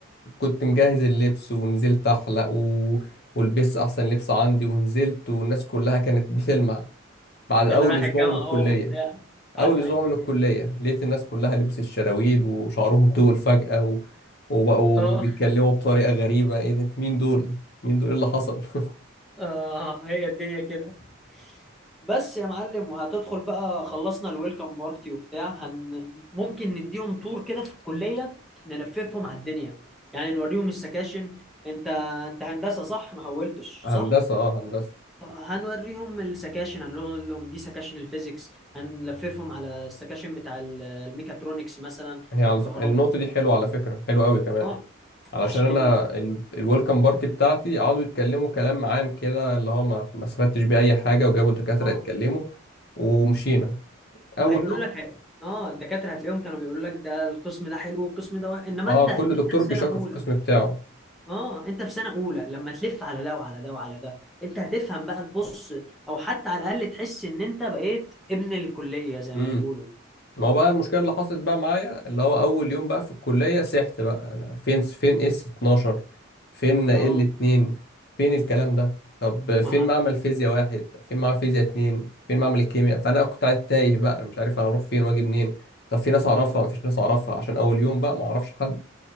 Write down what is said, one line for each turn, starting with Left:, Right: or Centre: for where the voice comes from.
Left: كنت مجهز اللبس ونزلت احلق و... ولبست احسن لبس عندي ونزلت والناس كلها كانت بتلمع بعد اول
Centre: اللي رايح
Left: اسبوع
Centre: الجامعه
Left: من الكلية
Centre: اهو وبتاع
Left: اول
Centre: ولا
Left: اسبوع
Centre: الدنيا
Left: من الكلية لقيت الناس كلها لبس الشراويل وشعرهم طول فجأة و... وبقوا
Centre: اه
Left: بيتكلموا بطريقة غريبة ايه ده مين دول مين دول ايه اللي حصل <laughs>
Centre: اه هي الدنيا كده بس يا معلم وهتدخل بقى خلصنا الويلكم بارتي وبتاع هن... ممكن نديهم تور كده في الكلية نلففهم على الدنيا يعني نوريهم السكاشن انت انت هندسة صح ما حولتش
Left: هندسة
Centre: صح
Left: اه هندسة
Centre: طب هنوريهم السكاشن هنقول لهم دي سكاشن الفيزيكس هنلففهم على السكاشن بتاع ال- الميكاترونكس مثلا
Left: هي على
Centre: الكهرباء
Left: الف- النقطة دي حلوة على فكرة حلوة قوي كمان
Centre: اه
Left: علشان
Centre: عش
Left: أنا
Centre: ال...
Left: الويلكم بارتي بتاعتي قعدوا يتكلموا كلام عام كده اللي هو ما ما استفدتش بيه أي حاجة وجابوا الدكاترة
Centre: اه
Left: يتكلموا ومشينا أول
Centre: وهيقولوا
Left: يوم
Centre: لك اه الدكاترة هتلاقيهم كانوا بيقولوا لك ده القسم ده حلو والقسم ده وحش. انما
Left: اه
Centre: انت
Left: كل
Centre: انت
Left: دكتور
Centre: في سنة
Left: بيشكر
Centre: اولى
Left: في القسم بتاعه
Centre: اه انت في سنه اولى لما تلف على ده وعلى ده وعلى ده انت هتفهم بقى تبص او حتى على الاقل تحس ان انت بقيت ابن الكليه زي
Left: مم.
Centre: ما بيقولوا
Left: ما هو بقى المشكله اللي حصلت بقى معايا اللي هو اول يوم بقى في الكليه سحت بقى انا فين فين اس 12 فين
Centre: اه
Left: ال 2 فين الكلام ده طب فين
Centre: مع
Left: معمل فيزياء واحد فين معمل فيزياء اتنين فين معمل الكيمياء فانا كنت قاعد تايه بقى انا مش عارف انا اروح فين واجي منين طب في ناس
Centre: اه
Left: اعرفها مفيش ناس اعرفها عشان اول يوم بقى ما اعرفش حد